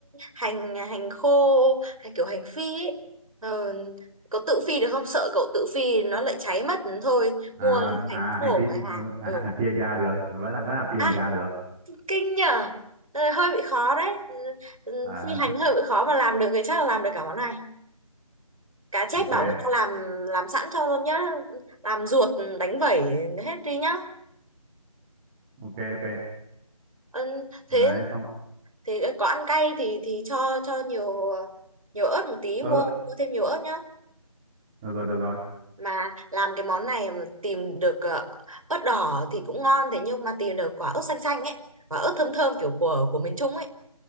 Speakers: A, on the right; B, in the centre.
A: hành hành khô hay kiểu hành phi ấy Ờ, có tự phi được không sợ cậu tự phi nó lại cháy mất thôi mua
B: à à
A: hành khô
B: hành phi
A: ở ngoài hàng
B: ờ, à,
A: ừ
B: à, phi hành gia được vẫn là vẫn là phi
A: à
B: hành gia được
A: kinh nhở Ờ, hơi bị khó đấy Ừ, ừ,
B: à
A: phi hành hơi bị khó mà làm được thì chắc là làm được cả món này cá chép
B: <laughs> ok
A: bảo người ta làm làm sẵn cho luôn nhá làm ruột đánh vẩy hết đi nhá
B: ok ok
A: Ừ,
B: đấy
A: thế
B: xong
A: thế ờ, có ăn cay thì thì cho cho nhiều nhiều ớt một tí
B: ớt
A: mua mua thêm nhiều ớt nhá
B: được rồi được rồi
A: mà làm cái món này mà tìm được ờ, ớt đỏ thì cũng ngon thế nhưng mà tìm được quả ớt xanh xanh ấy quả ớt thơm thơm kiểu của của miền Trung ấy